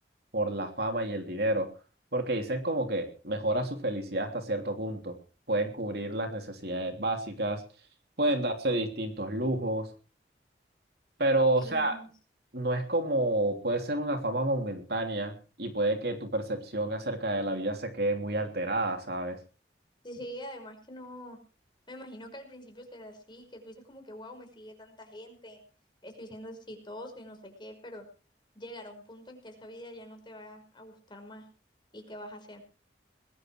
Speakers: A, on the right (about 60°); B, on the left (about 25°).
A: por la fama y el dinero, porque dicen como que mejora su felicidad hasta cierto punto, pueden cubrir las necesidades básicas, pueden darse distintos lujos, pero,
B: Sí,
A: o sea, no es como, puede ser una fama momentánea y puede que tu percepción acerca de la vida se quede muy alterada, ¿sabes?
B: sí, sí, además que no, me imagino que al principio será así, que tú dices como que, wow, me sigue tanta gente, estoy siendo exitoso y no sé qué, pero llegará un punto en que esa vida ya no te va a gustar más y qué vas a hacer.